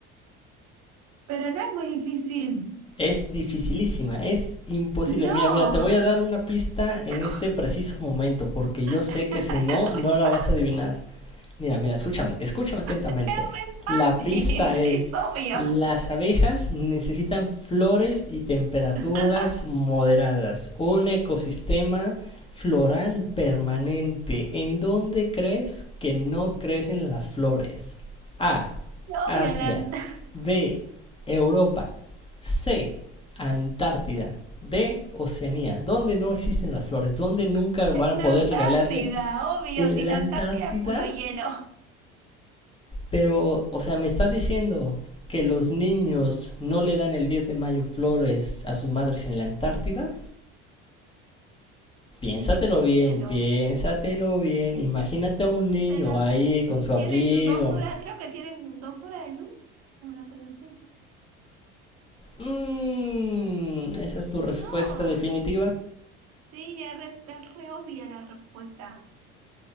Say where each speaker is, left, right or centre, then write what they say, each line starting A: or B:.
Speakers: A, on the right (about 55°); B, on the left (about 20°).
A: Pero no es muy difícil.
B: Es dificilísima, es imposible.
A: No.
B: Mira, mira, te voy a dar una pista en
A: <laughs>
B: este preciso momento, porque yo sé
A: Es
B: que
A: re
B: si no, no la
A: fácil.
B: vas a adivinar. Mira, mira, escúchame, escúchame atentamente.
A: Es muy
B: La pista
A: fácil,
B: es,
A: <laughs> es obvio.
B: las abejas necesitan flores y temperaturas
A: <laughs>
B: moderadas, un ecosistema floral permanente. ¿En dónde crees que no crecen las flores? A,
A: Es
B: Asia.
A: Obvio, en la, Ant-
B: B, Europa. C. Antártida. D. Oceanía. Donde no existen las flores. Donde nunca van
A: en
B: a
A: la
B: poder
A: Antártida,
B: regalarle.
A: obvio,
B: En
A: si
B: la
A: la
B: Antártida.
A: Antártida es puro hielo.
B: Pero, o sea, me estás diciendo que los niños no le dan el 10 de mayo flores a sus madres en la Antártida.
A: <laughs>
B: Piénsatelo
A: Y Si es puro
B: bien,
A: hielo,
B: piénsatelo bien. Imagínate a un niño
A: se la,
B: ahí con su abrigo.
A: tienen dos horas, creo que tienen dos horas de luz, una cosa así.
B: Mm, ¿Esa es tu respuesta
A: No,
B: definitiva?
A: sí, es re, es re obvia la respuesta.